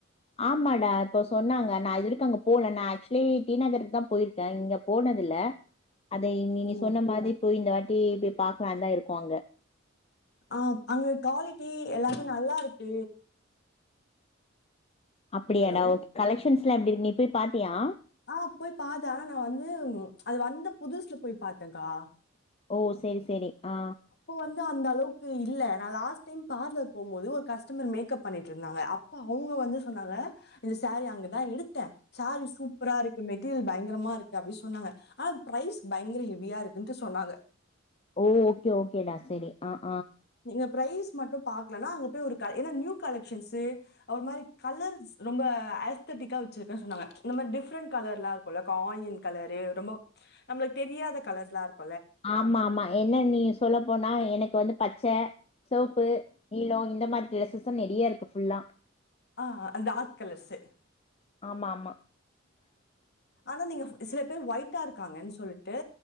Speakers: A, on the left; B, on the left.
A: ஆமாடா இப்ப சொன்னாங்க நா இதுவரைக்கு அங்க போல நா ஆக்சுவலி டீ நகருக்குதா போயிருக்கே இங்க போனதுல அதை நீ
B: ஓ!
A: சொன்னமாதி போய் இந்த வாட் ட்டி இப்டி பாக்கலானுதா இருக்கோ அங்க
B: அ அங்க குவாலிட்டி எல்லாமே நல்லா இருக்கு
A: அப்படியாடா
B: ஹலோ.
A: ஓகே கலெக்ஷன்ஸ் எல்லா எப்டி இருக்கு நீ போய் பாத்தியா
B: ஆ போய் பாத்தே ஆனா நா வந்து அது வந்த புதுசுல போய் பாத்தேக்கா
A: ஓ! சரி, சரி. ஆ
B: வந்து அந்த அளவுக்கு இல்ல நா லாஸ்ட் டைம் பார்லர் போம்போது ஒரு கஸ்டமர் மேக்கப் பண்ணிட்டு இருந்தாங்க அப்ப அவுங் க வந்து சொன்னாங்க இந்த சாரி அங்கதா எடுத்தே சாரி சூப்பரா இருக்கு மெட்டீரியல் பயங்கரமா இரு க்கு அப்டி சொன்னாங்க ஆனா ப்ரைஸ் பயங்கர ஹெவியா இருக்குன்ட்டு சொன்னாங்க
A: ஓ ஓகே ஓகேடா செரி அ
B: நீங்க ப்ரைஸ் மட்டு பாக்கலனா அங்க போய் ஒரு ஏன்னா நியூ கலெக்ஷன்ஸ்சு ஒரு மாரி கலர்ஸ் ரொம்ப அஸ்த டிக்கா வச்சிருக்கே சொன்னாங்க இந்த மாதிரி டிஃபரென்ட் கலர்லா இருக்குல்ல ஆயில் கலரு ரொம்ப நம்மளுக்கு தெரியா கலர்லா இருக்
A: ஆமா ஆமா என்ன நீ சொல்ல போனா எனக்கு வந்து பச்ச செவப்பு நீளோ இந்த மாதிரி ட்ரெஸ்ஸஸு நிறைய இருக்கு ஃபுல்லா
B: ஆ அது டார்க் கலர்ஸு
A: ஆமா ஆமா
B: ஆனா நீங்க சில பேர் ஒய்ட்டா இருக்காங்கன் சொல்ட்டு